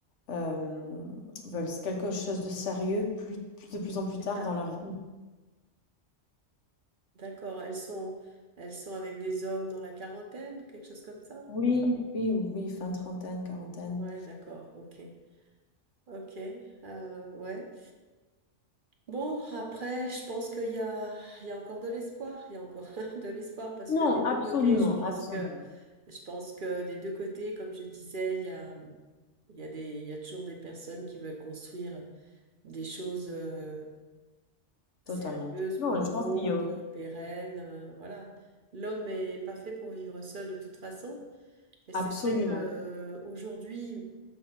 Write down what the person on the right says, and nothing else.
plus
tard.
D'accord. Elles sont, elles sont avec des hommes dans la quarantaine, quelque chose comme ça?
Ouais, d'accord. Ok. Ok. Euh, ouais. Bon, après, je pense qu'il y a, il y a encore de l'espoir. Il y a encore <laughs> de l'espoir parce
que des deux
côtés, je pense
que, je pense que des deux côtés, comme je disais, il y a, il y a des, il y a toujours des personnes qui veulent construire des choses. euh,
sérieuse,
profonde,
pérenne, euh, voilà. L'homme est pas fait pour vivre seul de toute façon. Et c'est
vrai que euh, aujourd'hui,